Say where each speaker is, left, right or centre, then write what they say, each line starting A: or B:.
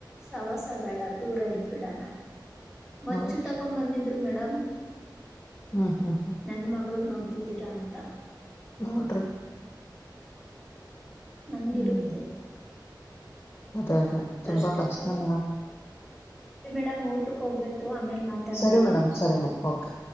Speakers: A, in the centre; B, on the left.
A: ಸವಸ ಬೇಡ ದೂರ ಇದ್ ಬಿಡಣ ಮಚ್ಚು
B: ಹೌದು
A: ತಕೊ ಬಂದಿದ್ರು ಮೇಡಮ್
B: ಹ್ಮ್ ಹ್ಮ್ ಹ್ಮ್
A: ನನ್ ಮಗಳು ನೋಡ್ಸಿದ್ದೀರಾ ಅಂತ
B: ನೋಡರಿಿ
A: ನಂಗಿರುತ್ತೆ
B: ಹ್ಮ್ ಅದೇ ಅದೇ
A: ಕಷ್ಟ
B: ತುಂಬಾ
A: ಇರದು
B: ಮೇಡಮ್
A: ಮೇಡಮ್ ಊಟಕ್ಕೆ ಹೋಗ್ಬೇಕು ಆಮೇಲೆ ಮಾತಾಡ್ತೀನಿ
B: ಸರಿ ಮೇಡಮ ಸರಿ ಮೇಡಮ್ ಓಕೆ